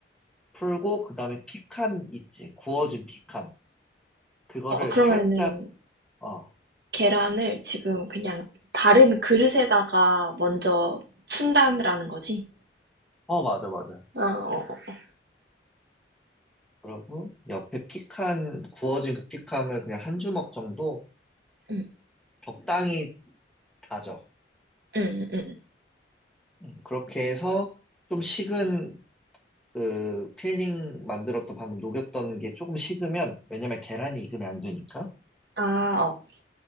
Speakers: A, in the centre; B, on the right (about 60°).
A: 풀고, 그 다음에 피칸 있지. 구워진 피칸. 그거를
B: 어, 그러면은,
A: 살짝, 어,
B: 계란을 지금 그냥 다른 그릇에다가 먼저 푼다라는 거지?
A: 어, 맞아, 맞아.
B: 아, 어, 어.
A: 그러고, 옆에 피칸, 구워진 그 피칸을 그냥 한 주먹 정도
B: 음,
A: 적당히 다져.
B: 응. 응.
A: 음, 그렇게 해서 좀 식은 그 필링 만들었던 방금 녹였던 게 조금 식으면, 왜냐면 계란이 익으면 안 되니까.
B: 아, 어.